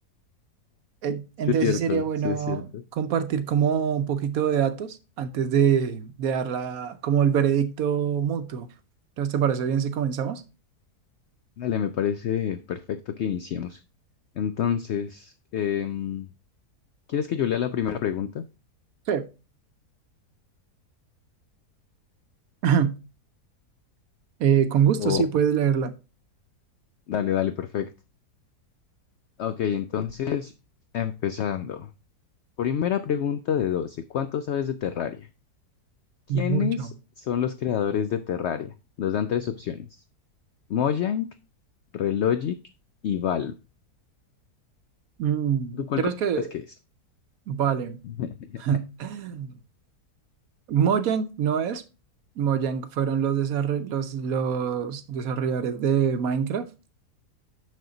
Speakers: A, on the right; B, on the left.
A: En-
B: Sí
A: Entonces
B: es cierto,
A: sí sería bueno
B: sí es cierto.
A: compartir como un poquito de datos antes de, de dar la, como el veredicto mutuo. Entonces, ¿te parece bien si comenzamos?
B: Dale, me parece perfecto que iniciemos. Entonces, em, ¿quieres que yo lea la primera pregunta?
A: Sí. <clears throat> Eh, con gusto,
B: O
A: sí, puedes leerla.
B: dale, dale, perfecto. Ok, entonces, empezando. Primera pregunta de 12. ¿Cuánto sabes de Terraria? ¿Quiénes
A: Mucho.
B: son los creadores de Terraria? Nos dan tres opciones. Mojang, Relogic y Valve.
A: Mm,
B: ¿Tú cuál
A: ¿crees que...?
B: crees que es?
A: Vale.
B: <laughs>
A: <laughs> Mojang no es. Mojang fueron los, desarroll- los, los desarrolladores de Minecraft.